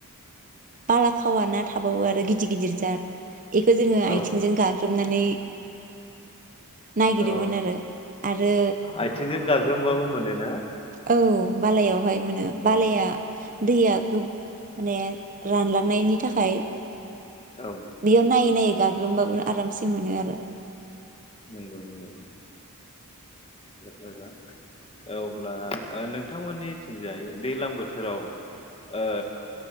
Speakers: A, on the right; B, on the left.
A: बाला खावाना थाबावो आरो गिदिर गिदिर जाथ। बेखौ जोङो आथिंजों
B: औ
A: गाग्रोबनानै नागिरोमोन
B: औ
A: आरो आरो
B: आथिंजों गाग्रोमबाबो मोनोना
A: औ बालायाव बहाय मोनो बालाया
B: औ
A: दैया गोब माने रानलांनायनि थाखाय
B: औ
A: बियाव नायै नायै गाग्रुमबाबो आरामसे मोनो आरो
B: नंगौ नंगौ। मोजां औ अब्ला नोंथांमोननिथिंजाय दैज्लां बोथोराव ओ